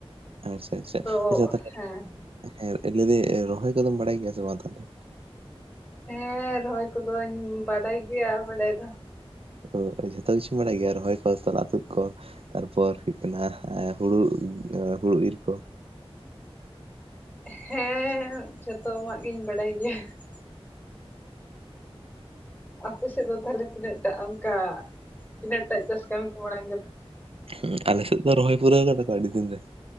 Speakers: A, on the right; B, on the left.
A: ᱟᱪᱪᱷᱟ ᱟᱪᱪᱷᱟ
B: ᱟᱫᱚ
A: ᱟᱪᱪᱷᱟ ᱛᱟᱦᱞᱮ
B: ᱦᱮᱸ ᱾
A: ᱦᱮᱸ, ᱞᱟᱹᱭᱮᱫᱟᱹᱧ ᱨᱚᱦᱚᱭ ᱠᱚᱫᱚᱢ ᱵᱟᱲᱟᱭ ᱜᱮᱭᱟ ᱥᱮ ᱵᱟᱝ ᱛᱟᱦᱚᱞᱮ?
B: ᱦᱮᱸ, ᱨᱚᱦᱚᱭ ᱠᱚᱫᱚᱧ ᱵᱟᱰᱟᱭ ᱜᱮᱭᱟ ᱵᱟᱰᱟᱭ ᱫᱚ ᱾
A: ᱚ ᱡᱷᱚᱛᱚ ᱠᱤᱪᱷᱩᱢ ᱵᱟᱲᱟᱭ ᱜᱮᱭᱟ ᱨᱚᱦᱚᱭ ᱠᱚ, ᱛᱚᱞᱟ ᱛᱩᱫ ᱠᱚ? ᱛᱟᱨᱯᱚᱨ ᱦᱩᱭᱩᱜ ᱠᱟᱱᱟ ᱦᱩᱲᱩ ᱦᱩᱲᱩ ᱤᱨ ᱠᱚ?
B: ᱦᱮᱸ ᱡᱚᱛᱚᱣᱟᱜ ᱜᱤᱧ ᱵᱟᱰᱟᱭ ᱜᱮᱭᱟ ᱾ ᱟᱯᱮᱥᱮᱫ ᱫᱚ ᱛᱟᱦᱚᱞᱮ ᱛᱤᱱᱟᱹᱜ ᱴᱟᱜ ᱚᱱᱠᱟ ᱛᱤᱱᱟᱹᱜ ᱴᱟᱜ ᱪᱟᱥ ᱠᱟᱹᱢᱤ ᱠᱚ ᱢᱟᱲᱟᱝ ᱠᱟᱫᱟ?
A: ᱦᱮᱸ ᱟᱞᱮ ᱥᱮᱫ ᱫᱚ ᱨᱚᱦᱚᱭ ᱯᱩᱨᱟᱹᱣ ᱠᱟᱫᱚ ᱠᱚ ᱟᱹᱰᱤ ᱫᱤᱱ ᱨᱮ ᱾